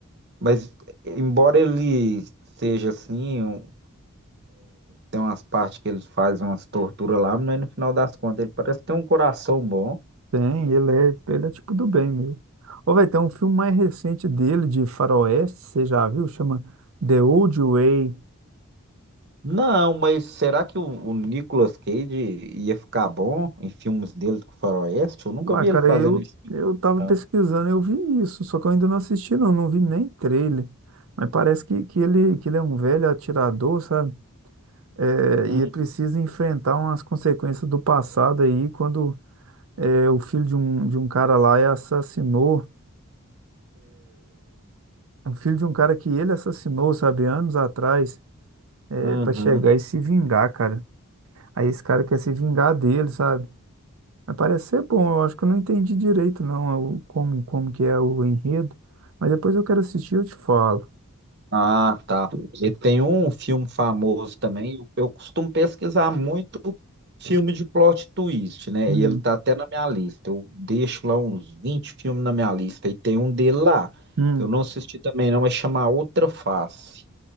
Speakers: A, on the right (about 50°); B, on the right (about 70°).
A: mas embora ele seja assim, um- tem umas partes que eles fazem umas torturas lá, mas no final das contas ele parece ter um coração bom.
B: tem, ele é, ele é tipo do bem mesmo. Ou vai ter um filme mais recente dele, de faroeste, você já viu? Chama The Old Way.
A: Não, mas será que o, o Nicolas Cage ia ficar bom em filmes dele com o Faroeste? Eu nunca
B: Uai,
A: vi
B: cara,
A: ele fazendo
B: eu,
A: isso,
B: eu tava
A: não.
B: pesquisando, eu vi isso, só que eu ainda não assisti, não, não vi nem trailer. Mas parece que, que ele, que ele é um velho atirador, sabe? É,
A: Hum,
B: e ele precisa enfrentar umas consequências do passado aí, quando é, o filho de um, de um cara lá é assassinou, o filho de um cara que ele assassinou, sabe, anos atrás, é,
A: uhum.
B: para chegar e se vingar, cara. Aí esse cara quer se vingar dele, sabe? Mas parece ser bom, eu acho que eu não entendi direito, não, é o- como, como que é o enredo. Mas depois eu quero assistir e eu te falo.
A: Ah, tá. E tem um filme famoso também. Eu, eu costumo pesquisar muito filme de plot twist, né?
B: Hum,
A: E ele tá até na minha lista. Eu deixo lá uns 20 filmes na minha lista. E tem um dele lá.
B: Hum,
A: Eu não assisti também, não, mas chama Outra Face.